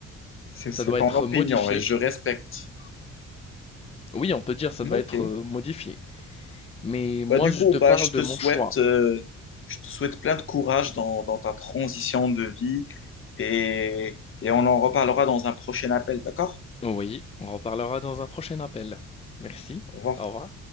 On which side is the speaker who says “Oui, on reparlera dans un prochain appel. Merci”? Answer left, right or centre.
Left